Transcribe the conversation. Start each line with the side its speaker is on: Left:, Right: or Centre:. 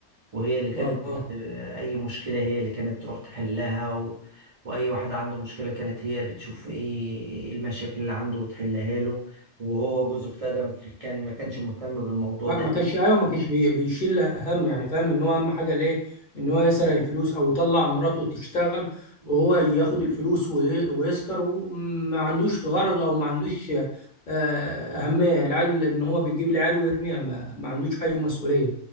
Right: وهي اللي كانت
Left: اه
Right: بت... اي مشكلة هي اللي كانت تروح تحلها و... واي واحد عنده مشكلة كانت هي بتشوف ايه إيه المشاكل اللي عنده وتحلها له وهو جوز اختها ده ما كان ما كانش مهتم بالموضوع
Left: ما ما كانش ايوه ما كانش بي- بيشيل هم يعني فاهم ان هو اهم حاجه ليه ان هو يسرق الفلوس او يطلع مراته تشتغل
Right: ده
Left: وهو ياخد الفلوس وي- ويسكر وما عندوش غرض او ما عندوش آه، اهميه العيال ان هو بيجيب العيال ويرميها ما, ما عندوش اي مسؤوليه